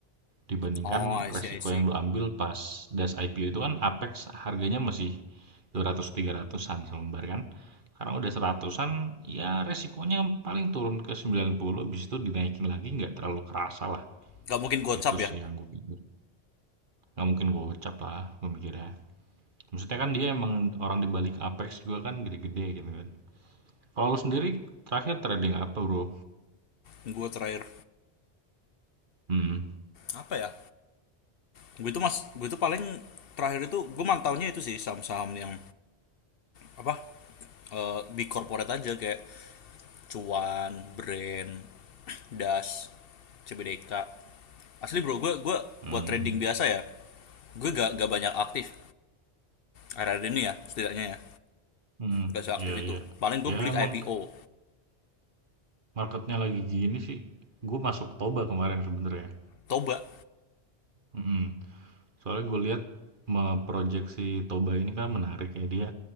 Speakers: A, on the right; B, on the left.
A: Dibandingkan
B: Oh, I see,
A: resiko
B: I see.
A: yang lu ambil pas das IPO itu kan Apex harganya masih dua ratus tiga ratusan selembar kan. Sekarang udah seratusan, ya resikonya paling turun ke 90, habis itu dinaikin lagi nggak terlalu kerasa lah.
B: Gak mungkin gocap
A: Gitu
B: ya.
A: sih yang gue pikir. Nggak mungkin gocap lah, gue mikirnya. Maksudnya kan dia emang orang di balik Apex juga kan gede-gede gitu kan. Kalau lu sendiri terakhir trading apa bro?
B: Gue terakhir.
A: Hmm,
B: Apa ya? Gue itu mas, gue itu paling terakhir itu gue mantaunya itu sih saham-saham yang apa? eh, di corporate aja kayak Cuan, Brand, Das, CBDK. Asli bro, gue gue
A: hmm,
B: buat trading biasa ya. Gue gak gak banyak aktif. Akhir-akhir ini ya, setidaknya ya.
A: hmm, hmm.
B: Gak seaktif
A: iya
B: itu.
A: iya.
B: Paling gue
A: Ya
B: beli
A: emang
B: IPO.
A: marketnya lagi gini sih gue masuk Toba kemarin sebenarnya
B: Toba.
A: Mm-mm. soalnya gue lihat me- project si Toba ini kan menarik ya dia